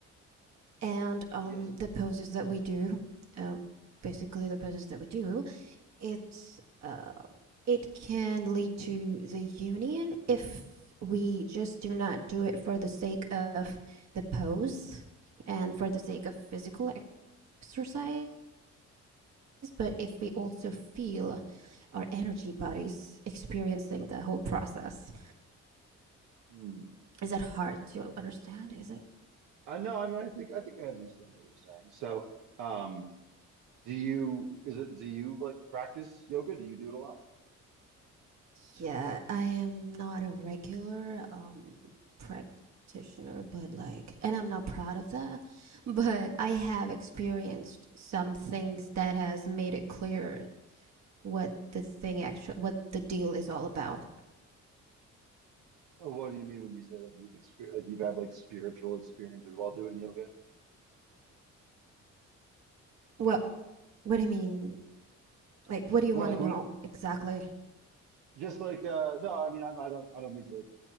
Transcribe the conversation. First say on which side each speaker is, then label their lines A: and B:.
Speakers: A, on the right; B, on the right.
A: and um
B: Yes.
A: the poses that we do uh, basically the poses that we do it's uh it can lead to the union if we just do not do it for the sake of the pose and for the sake of physical exercise but if we also feel our energy bodies experiencing the whole process
B: Hmm.
A: is that hard to understand is it
B: I know. I mean, I think I think I understand what you're saying. So, um, do you is it do you like practice yoga? Do you do it a lot?
A: Yeah, I am not a regular um practitioner, but like, and I'm not proud of that, but I have experienced some things that has made it clear what the thing actually, what the deal is all about.
B: Or what do you mean when you say like you've experienced like you've had like spiritual experiences while doing yoga?
A: What what do you mean? Like, what do you
B: Like
A: want to know
B: when
A: exactly?
B: just like uh no, I mean I'm, I don't I don't mean to like